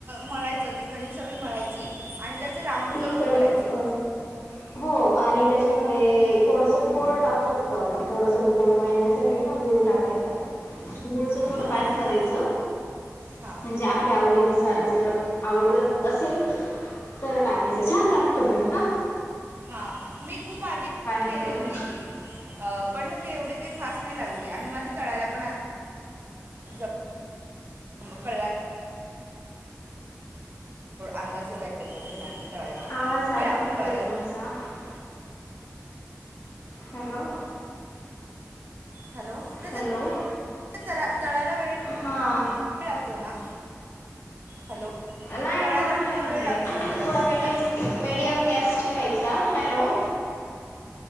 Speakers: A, on the right; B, on the left.
A: मळायचं ति कणिक सगळी मळायची आणि त्यात राऊंड
B: ती
A: करून
B: कणिक
A: उकडायचे.
B: अ, हो आणि त्याच्यामध्ये थोडसं गुळ टाकू शकतो. आपण थोडस गोड वा येण्यासाठी ना गुळ टाकत गुळच
A: अच्छा
B: थोडं पाणी
A: ओके
B: करायचं
A: हां
B: म्हणजे आ आपल्या आवडीनुसार जर आवडतात असेल तर टाकायचं छान लागतं पण हा.
A: हा मी खूप आधी केली
B: करून
A: होती. अ पण ना ते एवढी काही खास नाही लागली. आणि म ती तळायला पण <inaudible> अंदाज येवडा यचा घे तळायचं
B: आवाज अटकतोय
A: वेळ लागतो ना त्याला.
B: <inaudible> हॅलो
A: हॅलो <inaudible>
B: हॅलो
A: तळायला वेळ <inaudible>
B: हां
A: वेळ लागतो ना हॅलो
B: नाही
A: तळायला
B: एवढं
A: म्हटलं
B: नाही म्हणजे
A: वेळ लागतो ना त्याला
B: थोडा
A: बट्टीला
B: मीडियम-मीडियम गॅस ठेवायचा हॅलो